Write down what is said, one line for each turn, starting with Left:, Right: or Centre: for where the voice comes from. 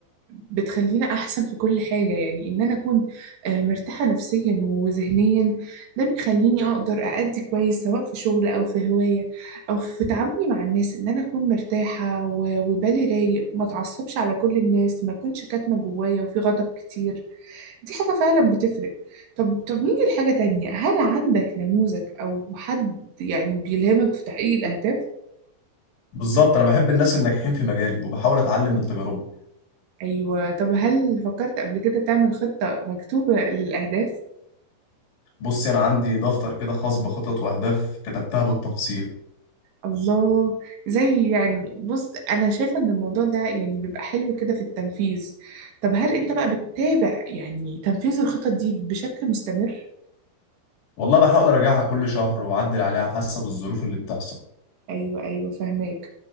Right: بتخلينا أحسن في كل حاجة يعني إن أنا أكون آه، مرتاحة نفسيا وذهنيا ده بيخليني أقدر أأدي كويس سواء في شغل أو في هواية أو في تعاملي مع الناس إن أنا أكون مرتاحة و... وبالي رايق ما أتعصبش على كل الناس ما أكونش كاتمة جوايا وفي غضب كتير دي حاجة فعلا بتفرق طب طب نيجي لحاجة تانية هل عندك نموذج أو حد يعني بيلهمك في تحقيق الأهداف؟
Left: بالظبط انا بحب الناس الناجحين في مجالي وبحاول اتعلم من تجاربهم
Right: أيوة طب هل فكرت قبل كده تعمل خطة مكتوبة للأهداف؟
Left: بصي انا عندي دفتر كده خاص بخطط واهداف كتبتها بالتفصيل
Right: الله زي يعني بص أنا شايفة إن الموضوع ده يعني بيبقى حلو كده في التنفيذ طب هل أنت بقى بتتابع يعني تنفيذ الخطط دي بشكل مستمر؟
Left: والله بحاول اراجعها كل شهر واعدل عليها حسب الظروف اللي بتحصل
Right: ايوه ايوه فهماك